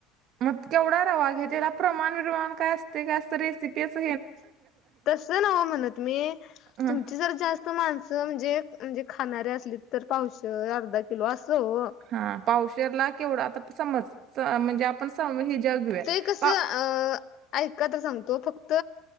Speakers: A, on the right; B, on the left.
A: मग केवढा रवा घ्या त्याला प्रमाण विमाण काय असते का अस रेसिपी तेच
B: तस नव म्हणत मी
A: हं,
B: तुमची जर जास्त माणस अस म्हणजे म्हणजे खाणारे असली तर पावशेर अर्धा किलो असं ओ
A: हा पावशेरला केवढा आता समज म्हणजे आपण स हिज्यावर घेऊया
B: ते कसं
A: पा
B: अ ऐका तर सांगतो फक्त